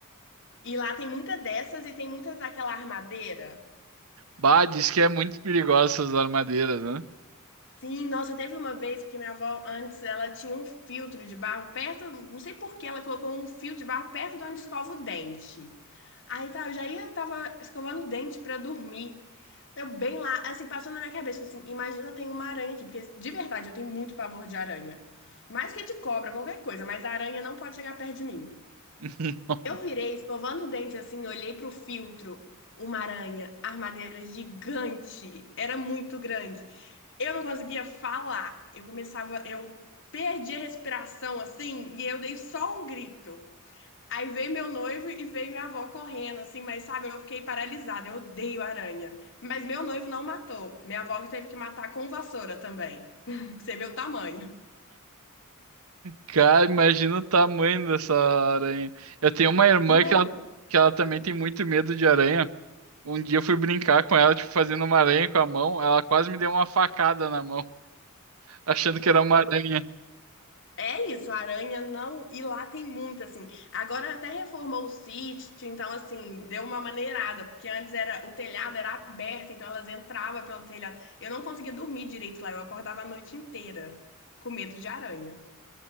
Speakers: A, on the left (about 60°); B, on the right (about 75°).
A: E lá tem muita dessas e tem muitas daquela armadeira.
B: Bah, diz que é muito perigosa essas armadeiras, né?
A: Sim, nossa, teve uma vez, porque minha avó antes ela tinha um filtro de barro perto, não sei por que ela colocou um fio de barro perto de onde escova o dente. Aí tá, eu já ia, tava escovando o dente pra dormir. Eu bem lá, assim, passou na minha cabeça, assim, imagina eu tenho uma aranha aqui, porque de verdade eu tenho muito pavor de aranha. Mais que de cobra, qualquer coisa, mas a aranha não pode chegar perto de mim.
B: <laughs>
A: Eu virei, escovando o dente assim, olhei pro filtro, uma aranha, armadeira gigante, era muito grande. Eu não conseguia falar, eu começava, eu perdi a respiração assim, e eu dei só um grito. Aí veio meu noivo e veio minha avó correndo, assim, mas sabe, eu fiquei paralisada, eu odeio aranha. Mas meu noivo não matou, minha avó que teve que matar com vassoura também, <laughs> pra você ver o tamanho.
B: Cara, imagina o tamanho dessa aranha. Eu tenho uma irmã
A: Não.
B: que ela, que ela também tem muito medo de aranha. Um dia eu fui brincar com ela, tipo, fazendo uma aranha com a mão. Ela quase me deu uma facada na mão. achando que era uma aranha.
A: É isso, a aranha não. E lá tem muita, assim. Agora até reformou o sítio, então, assim, deu uma maneirada, porque antes era o telhado era aberto, então elas entravam pelo telhado. Eu não conseguia dormir direito lá, eu acordava a noite inteira com medo de aranha.